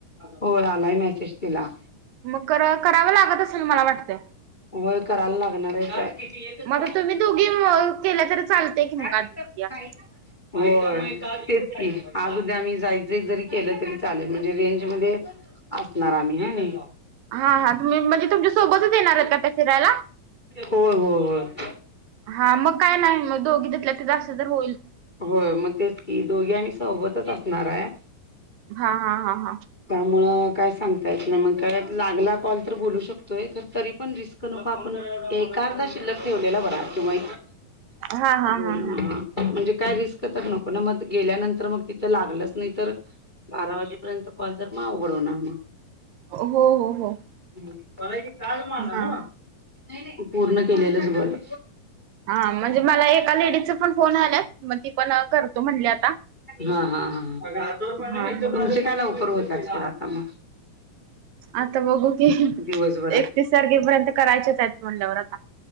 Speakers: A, on the left; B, on the right.
A: होय, आलाय मेसेज तिला
B: मग करावं लागत असेल मला वाटतंय.
A: होय करायला लागणार आहे ते मी एकच
B: मग
A: पाठीवल
B: आता तुम्ही
A: काल,
B: दोघी म- केल्या तरी चालतंय की मग
A: काय
B: आधीमध्ये असं.
A: माहित नाही आता जाई ना म्हन होय तेच की, आज उद्या आम्ही जाय जाय जरी केलं तरी चालेल, म्हणजे रेंज मध्ये असणार आम्ही हाय नाही.
B: हा हा तुम्ही म्हणजे तुमच्या सोबतच येणार हायेत का त्या फिरायला?
A: होय होय होय.
B: हा मग काय नाही मग दोघी तीतल्या तिथं, असल तर होईल.
A: होय मग तेच की, दोघे आम्ही सोबतच असणार हाय
B: हा हा हा हा.
A: त्यामुळ काय सांगता येत नाही. मग काय लागला कॉल, तर बोलू शकतोय खर तरी पण रिस्क नको, आपण एकार्धा शिल्लक ठेवलेला बरा किंवा
B: हा हा
A: दोन
B: हा
A: आ
B: हा
A: म्हणजे काय रिस्क तर नको ना, मग गेल्यानंतर मग तिथं लागलंच नाही तर बारा वाजेपर्यंत कॉल तर, मग अवघड होणार मग.
B: हो हो हो.
A: हा मला कधी काल मारला
B: हा
A: नव्ह.
B: हा.
A: नाही नाही ते पूर्ण केलेलंच बर.
B: हा म्हणजे मला एका लेडीजच पण फोन आल्यात, मग ती पण करतो म्हणली आता.
A: हा हा हा. तुमचे
B: हा हा
A: काय लवकर होत असतील आता मग?
B: आता बघू की,
A: दिवसभरात
B: एकतीस तारखेपर्यंत करायचेच आहेत म्हंल्यावर आता